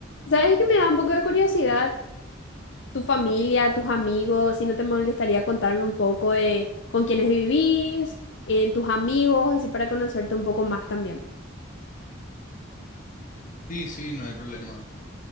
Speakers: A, on the left (about 60°); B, on the left (about 40°).
A: ¿Sabes que me da un poco de curiosidad tu familia, tus amigos, si no te molestaría contarme un poco de con quiénes vivís, en tus amigos, así para conocerte un poco más también?
B: Sí, sí, no hay problema.